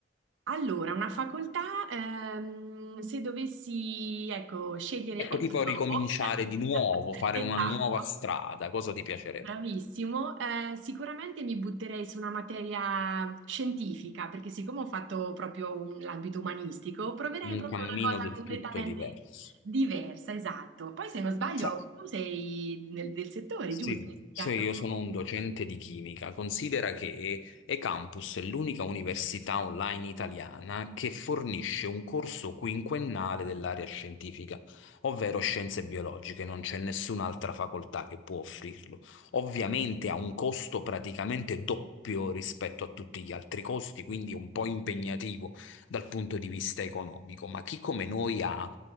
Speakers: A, on the right; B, on the left.
A: Allora, una facoltà, ehm, se dovessi, ecco, scegliere
B: Ecco,
A: ex
B: tipo ricominciare
A: novo,
B: di nuovo,
A: <laughs>
B: fare
A: esatto,
B: una nuova strada, cosa ti piacerebbe?
A: Bravissimo, Eh, sicuramente mi butterei su una materia scientifica, perché siccome ho fatto proprio un- l'ambito umanistico, proverei
B: un
A: proprio
B: cammino
A: una cosa
B: del
A: completamente
B: tutto diverso.
A: diversa, esatto. Poi se non sbaglio,
B: Sa-
A: tu sei nel, del settore,
B: Sì,
A: giusto? Hai studiato-
B: cioè io sono un docente di chimica. Considera che eCampus è l'unica università online italiana che fornisce un corso quinquennale dell'area scientifica, ovvero scienze biologiche. Non c'è nessun'altra facoltà che può offrirlo. Ovviamente ha un costo praticamente doppio rispetto a tutti gli altri costi, quindi è un po' impegnativo dal punto di vista economico, ma chi come noi ha